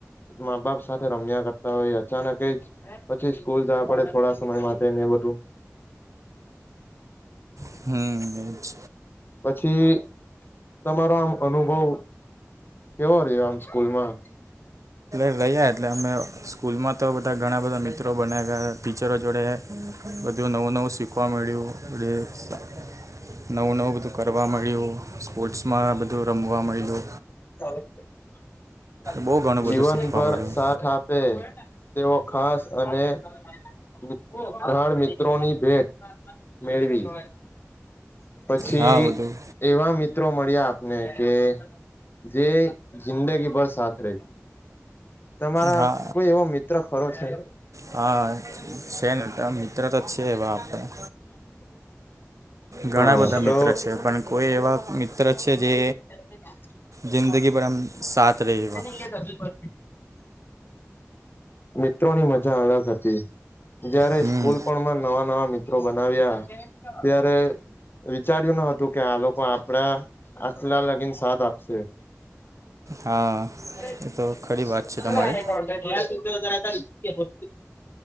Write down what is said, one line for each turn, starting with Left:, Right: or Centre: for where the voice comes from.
Left: મા- બાપ સાથે રમ્યાં કરતાં હોય. અચાનક એ જ પછી સ્કૂલ જાવા પડે થોડા સમય માટે ને એ બધું
Right: હમ્મ. એ જ
Left: પછી તમારા આમ અનુભવ કેવો રહ્યો આમ સ્કૂલમાં?
Right: લઈએ એટલે અમે સ્કૂલમાં તો બધાં ઘણાં બધા મિત્રો બનવ્યા ટીચરો જોડે બધું નવું નવું શીખવા મળ્યું. <unintelligible> નવું નવું બધું કરવા મળ્યું. સ્પોર્ટ્સમાં બધું રમવા મયલુ.
Left: <inaudible>
Right: બહુ ઘણું
Left: જીવનભર
Right: બધું શીખવા મળ્યું
Left: સાથ આપે. તેઓ ખાસ અને <unintelligible> મિત્રોની ભેટ મેળવી. પછી
Right: હા બધું
Left: એવાં મિત્રો મળ્યા આપને કે જે જિંદગીભર સાથ રેય. તમારા
Right: હા
Left: કોઈ એવો મિત્ર મિત્ર ખરો છે.?
Right: હા છે ને તાં મિત્ર છે એવા આપણા ઘણાં
Left: હા
Right: બધાં
Left: તો
Right: મિત્ર છે. પણ કોઈ એવા મિત્ર છે જે
Left: <inaudible>
Right: જિંદગીભર આમ સાથ રેય એવાં.
Left: <unintelligible> મિત્રોની મજા અલગ હતી. જ્યારે
Right: હમ
Left: સ્કૂલ પણમાં નવા નવા મિ ત્રો બનાવ્યા ત્યારે વિચાર્યું ન હતું કે, આ લોકો આપડા આટલાં લગીન સાથ આપશે. <unintelligible>
Right: હા એ તો ખરી વાત છે તમારી
Left: <unintelligible>